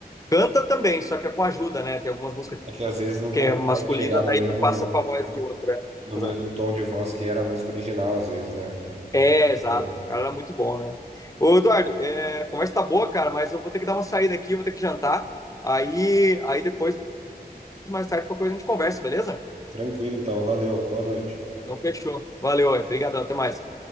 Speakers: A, on the left; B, on the right.
A: Canta também, só que é com ajuda, né? Tem algumas músicas
B: É que às vezes não
A: que
B: consegue
A: é masculina,
B: chegar no
A: daí
B: mesmo,
A: tu passa pra voz do outro. É,
B: no
A: exato.
B: mesmo tom de voz que era a música original, às vezes, né? Aí
A: É,
B: não- fica
A: exato.
B: bom.
A: O cara era muito bom, né? Ô, Eduardo, é, a conversa tá boa, cara, mas eu vou ter que dar uma saída aqui, eu vou ter que jantar. Aí, aí depois, mais tarde, qualquer coisa a gente conversa, beleza?
B: Tranquilo, então. Valeu. Boa noite.
A: Então, fechou. Valeu, obrigadão, até mais.